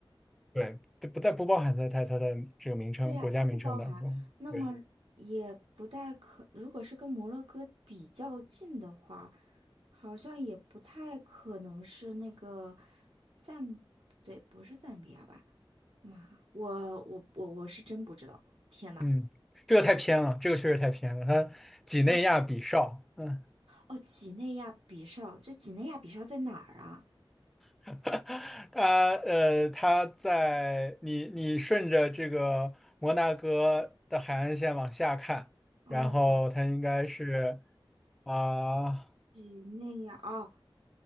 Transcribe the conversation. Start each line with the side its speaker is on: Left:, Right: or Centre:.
Centre: 对，这不在不包含在它它的这个名称国家名称当中。
Right: 对呀，它不包含，那么也不太可，
Centre: 对，
Right: 如果是跟摩洛哥比较近的话，好像也不太可能是那个赞，不对，不是赞比亚吧？妈，我我我我是真不知道，天呐，
Centre: 嗯，这个太偏了，这个确实太偏了。它几内亚比绍，
Right: 叫什么？
Centre: 嗯，
Right: 哦，几内亚比绍，这几内亚比绍在哪儿啊？
Centre: <laughs> 它呃，它在你你顺着这个摩纳哥的海岸线往下看，
Right: 哦，
Centre: 然后它应该是
Right: 哇，
Centre: 啊，
Right: 几内亚，哦，